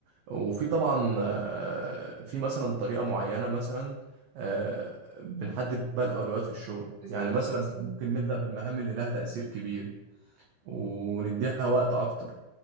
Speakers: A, on the right; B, on the right.
A: وفي طبعا آه، في مثلا طريقة معينة مثلا آه، بنحدد بقى الأولويات في الشغل
B: زي
A: يعني
B: إيه
A: مثلا
B: مثلا
A: ممكن نبدأ بالمهام اللي لها تأثير كبير ونديها وقت أكتر